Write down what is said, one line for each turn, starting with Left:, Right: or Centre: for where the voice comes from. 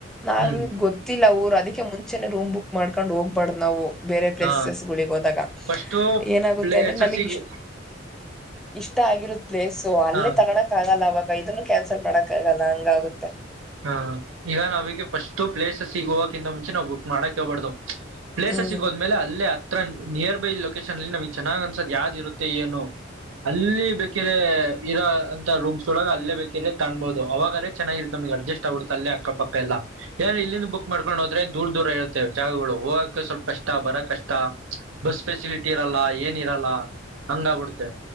Centre: ನಾವ
Right: ಹ್ಮ್
Centre: ಗೊತ್ತಿಲ್ಲ ಊರು. ಮುಂಚೆ ರೂ್ ಬುಕ್ ಮಾಡ್ಕೊಂಡ್ ಹ್ಬ್ದ ನಾವು. ಬೇರೆ ಪ್ಲೇಸಸ್
Right: ಹಾ
Centre: ಗಳಿಿಗೆ ಹೋದಾಗ
Right: ಫಸ್ಟು
Centre: ಏನಾಗುತ್ತೆ
Right: ಪ್ಲೇಸಸಿಗೆ
Centre: ಅಂದ್ರೆ ನಮಗೆ ಇಷ್ಟ. ಇಷ್ಟ ಆಗಿರುತ್ತೆ. ಪ್ಲೇಸು ಅಲ್ಲೇ
Right: ಹಾ
Centre: ತಗೋಕ್ ಆಗಲ್ಲ ಅವವಾಗ. ಇದನ್ನು ಕ್ಯಾನ್ಸಲ್ ಮಾಡಕ್ಕಾಗಲ್ಲ ಹಂಗಗುತ್ತೆ.
Right: ಹ ಈಗ ನಾವಿಗೆ ಫಸ್ಟ್ ಪ್ಲೇಸ್. ಸಿಗ <inaudible> ನಾವು ಬುಕ್ ಮಾಡಕ್ ಹೇಳ್ಬಾರ್ದ್ ಪ್ಲೇಸಸ್
Centre: ಹ್ಮ್
Right: ಸಿಗೋದ ಮೇಲೆ ಅಲ್ಲೇ. ನಿಯರ್ ಬೈ ಲೊಕೇಶನ್ ಅಲ್ಲಿ ನಮಗ್ ಚೆನ್ನಾಗ್ ಅನ್ಸದ್ ಯಾವ್ದ್ ಇರುತ್ತೆ ಏನು ಅಲ್ಲಿ ಬೇಕಿದರೆ ಇರೋ ಅಂತ ರೂಮ್ಸ್ ಒಳಗ ಅಲ್ಲೇ ಬೇಕಿದರೆ ತಾಣ್ಬಹುದು ಅವಾಗೇ ಚೆನ್ನಾಗಿ. ನಮಗ್ ಅಡ್ಜಸ್ಟ್ ಆಗ್ಬಿಡುತ್ತೆ ಅಲ್ಲೇ ಅಕ್ಕಪಕ್ಕ ಎಲ್ಲಾ ಏ ಇಲ್ಲಿಂದ ಬುಕ್ ಮಾಡ್ಕೊಂಡು ಹೋದ್ರೆ ದೂರ್ ದೂರ ಇರುತ್ತೇವೆ ಜಾಗಗಳು ಹೋಗಕ ಸ್ವಲ್ಪ ಕಷ್ಟ ಬರ ಕಷ್ಟ ಬಸ್ ಫೆಸಿಲಿಟಿ ಇರಲ್ಲ ಏನ್ ಇರಲ್ಲ ಹಂಗ ಆಬಿಡ್ತೇ